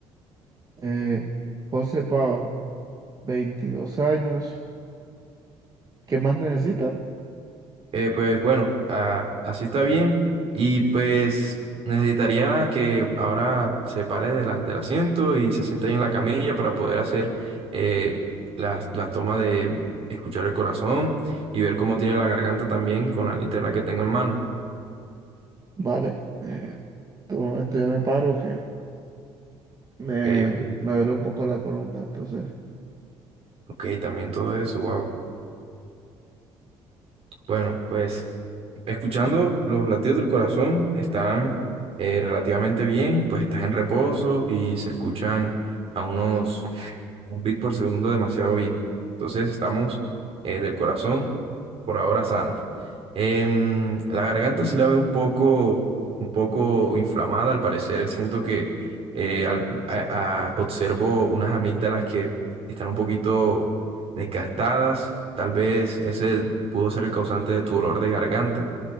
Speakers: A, on the right (about 30°); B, on the right (about 55°).
A: Eh, José Pava, 22 años. ¿Qué más necesita?
B: Eh, pues bueno, ah, así está bien. Y pues necesitaría que ahora se pare de la- del asiento y se siente ahí en la camilla para poder hacer eh, las- la, toma de escuchar el corazón y ver cómo tiene la garganta también con la linterna que tengo en mano.
A: Vale. eh, tu momento yo me paro que me,
B: Ok, ok,
A: me duele un poco la columna. Entonces,
B: ok, también todo eso, wow. Bueno, pues escuchando los latidos del corazón están eh, relativamente bien, pues estás en reposo y se escuchan a unos un bit por segundo demasiado bien. Entonces estamos eh, del corazón por ahora sanos. Em, la garganta sí la veo un poco, un poco inflamada, al parecer. Siento que eh, al- a- a- observo unas amígdalas que están un poquito desgastadas. Tal vez ese pudo ser el causante de tu dolor de garganta.